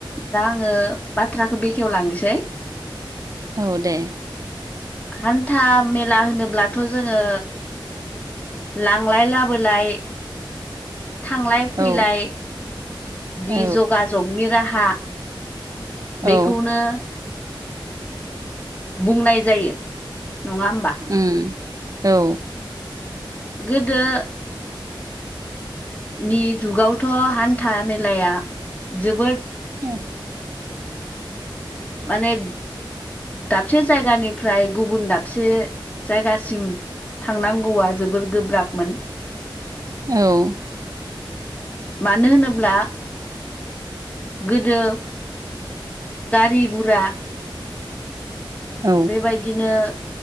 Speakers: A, on the left; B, on the right.
A: दा आङो बाथ्राखौ बेखेव लांनोसै
B: औ दे
A: हान्था मेला होनोब्लाथ' जोङो लांलाय लाबोलाय थांलाय फैलाय
B: औ
A: जि
B: औ
A: जगाजगनि राहा
B: औ
A: बेखौनो बुंनाय जायो नङा होमबा
B: ओम औ
A: गोदो नि जुगावथ' हान्था मेलाया जोबोद
B: ओम
A: माने दाबसे जायगानिफ्राय गुबुन दाबसे जायगासिम थांनांगौआ जोबोर गोब्राबमोन
B: औ
A: मानो होनोब्ला गोदो गारि गुरा
B: औ
A: बेबायदिनो